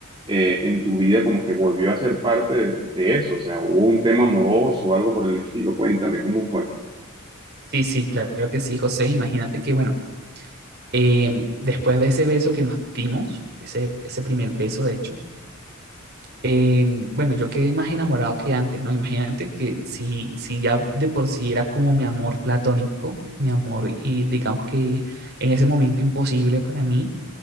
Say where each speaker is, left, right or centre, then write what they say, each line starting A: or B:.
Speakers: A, on the right; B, on the right.
A: eh, en tu vida, como que volvió a ser parte de, de eso. O sea, hubo un tema amoroso o algo por el estilo. Cuéntame, ¿cómo fue?
B: Sí, sí, claro que sí, José. Imagínate que, bueno, em, después de ese beso que nos dimos, ese, ese primer beso, de hecho, em, bueno, yo quedé más enamorado que antes, ¿no? Imagínate que si, si ya de por sí era como mi amor platónico, mi amor, y digamos que en ese momento imposible para mí,